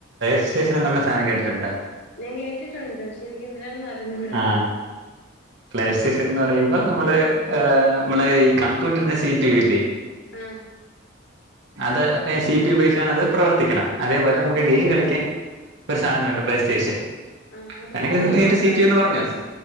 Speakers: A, on the right; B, on the left.
A: സ്റ്റേഷൻ ന്നർണ സാനം കേട്ടിട്ടുണ്ടൊ?
B: ഞാൻ കേട്ടിട്ടുണ്ട് ഷെ നിക്ക് എന്തിരാണെന്ന് അറിഞ്ഞൂടാ.
A: ആ പ്ലേ സ്റ്റേഷൻ എന്ന് പറയുമ്പോ നമ്മള് നമ്മളെ ഈ കമ്പ്യൂട്ടറിനെ സി പി യു ഇല്ലേ?
B: ആഹ്
A: അത് സി പി യു ബെയ്സാണ് അത് പ്രവർത്തിക്ക്ണെ. അതേപോലെ
B: ആഹ്
A: നമുക്ക് ഗെയിം കളിക്കാൻ ഒരു സാനവുണ്ട് പ്ലേസ്റ്റേഷൻ
B: ആഹ് അത്
A: അല്ലെങ്കിൽ
B: ഫോണിലുള്ളതാണോ
A: നേരെ സി പി യൂ ന്ന് പറഞ്ഞോ.